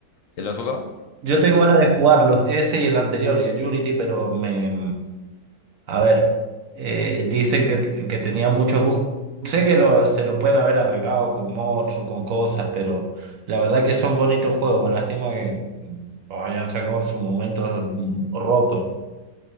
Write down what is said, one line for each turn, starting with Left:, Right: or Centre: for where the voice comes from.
Left: ¿Te lo has jugado?
Right: Yo tengo ganas de jugarlos, ese y el anterior, y el Unity, pero me, A ver, eh, dicen que, que tenían muchos bugs. Sé que lo- se los pueden haber arreglado con mods o con cosas, pero la verdad que son bonitos juegos. Lástima que mm, los hayan sacado en su momento mm, rotos.